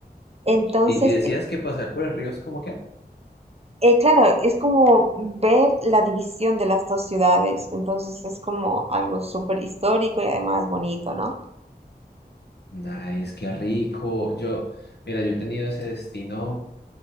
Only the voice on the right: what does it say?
Entonces,
eh, claro, es como ver la división de las dos ciudades. Entonces, es como algo súper histórico y además bonito, ¿no?